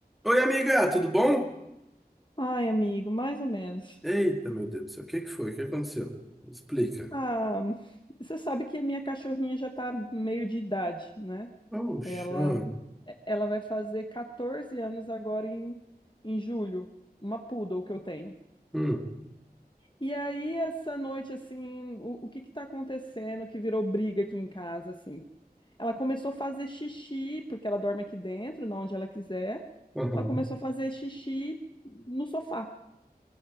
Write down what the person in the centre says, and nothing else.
Oi, amiga, tudo bom?
Eita, meu Deus do céu, o que que foi? O que aconteceu? Explica.
Oxa.
Hum,
aham,